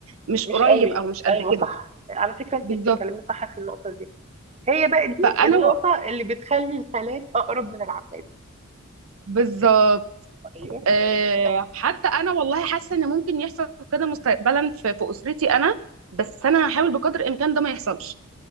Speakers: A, on the right (about 70°); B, on the right (about 30°).
A: مش
B: مش
A: قريب
B: قوي
A: أو مش قد
B: أيوه
A: كده
B: صح على فكرة أنت
A: بالظبط
B: بتتكلمي صح في النقطة دي هي بقى دي
A: فأنا
B: النقطة
A: و-
B: اللي بتخلي الخالات أقرب من العمات
A: بالظبط
B: أيوه
A: آه،
B: صح
A: حتى أنا والله حاسة إن ممكن يحصل كده مستقبلا في في أسرتي أنا بس أنا هحاول بقدر الإمكان ده ما يحصلش